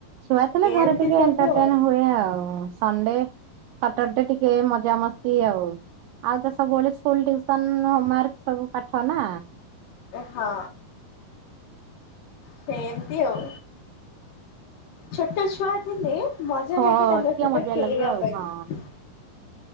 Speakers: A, on the right (about 85°); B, on the left (about 70°).
A: ଛୁଆ ଥିଲେ,
B: ଏମିତି
A: ଘରେ ଟିକେ
B: ସବୁ
A: ଏଣ୍ଟରଟେନ
B: ଆଉ
A: ହୁଏ ଆଉ ସଣ୍ଡେ ସଟର ଡେ ଟିକେ ମଜାମସ୍ତି ଆଉ ଆଉ ତ ସବୁବେଳେ ସ୍କୁଲ ଟୁସନ ହୋମୱାର୍କ ସବୁ ପାଠ ନା
B: ହଁ ସେ ଏମତି ଆଉ ଛୋଟ ଛୁଆ ଥିଲେ ମଜା
A: ହଁ
B: ଲାଗେ ତାଙ୍କ
A: ଟିକେ
B: ସହିତ
A: ମଜା
B: ଖେଳିବା
A: ଲାଗେ ଆଉ
B: ପାଇଁ
A: ହଁ।